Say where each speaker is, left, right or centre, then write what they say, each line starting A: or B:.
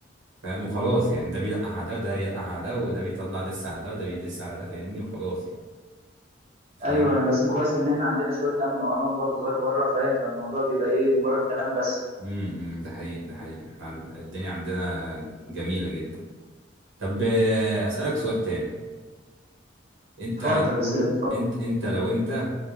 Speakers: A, on the right; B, on the right.
A: فاهم وخلاص يعني ده بيلقح على ده وده يلقح على ده وده بيطلع دس على ده وده بيدس على ده فاهمني وخلاص يعني فاهم
B: ايوه بس كويس ان احنا عندنا شويه امن وامان برضو غير بره فاهم فالموضوع بيبقى ايه مجرد كلام بس
A: امم ده حقيقة ده حقيقة احنا الدنيا عندنا جميلة جدا طب آه، اسألك سؤال تاني انت
B: اتفضل اسال اتفضل
A: انت انت لو انت